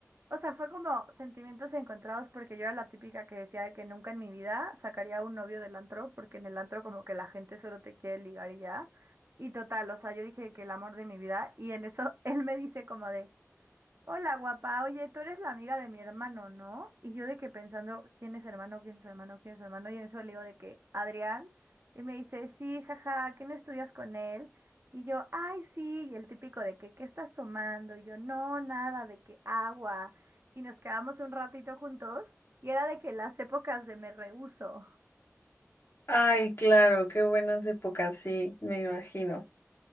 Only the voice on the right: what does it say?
o sea, fue como sentimientos encontrados porque yo era la típica que decía de que nunca en mi vida sacaría un novio del antro, porque en el antro como que la gente solo te quiere ligar y ya. Y total, o sea, yo dije que el amor de mi vida, y en eso <laughs> él me dice como de... Hola, guapa. Oye, tú eres la amiga de mi hermano, ¿no? Y yo de que pensando, ¿quién es su hermano? ¿Quién es su hermano? ¿Quién es su hermano? Y en eso le digo de que, Adrián. Y me dice, sí, jaja, ¿qué no estudias con él? Y yo, ay, sí. Y el típico de que, ¿qué estás tomando? Y yo, no, nada, de que agua. Y nos quedamos un ratito juntos. Y era de que las épocas de me rehuso.